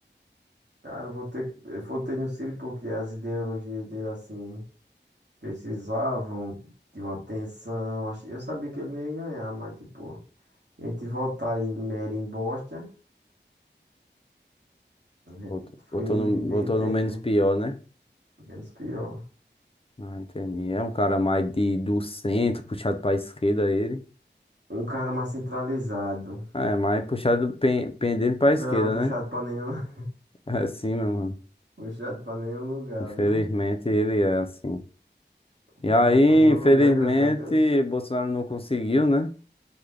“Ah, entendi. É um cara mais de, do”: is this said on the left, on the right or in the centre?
Left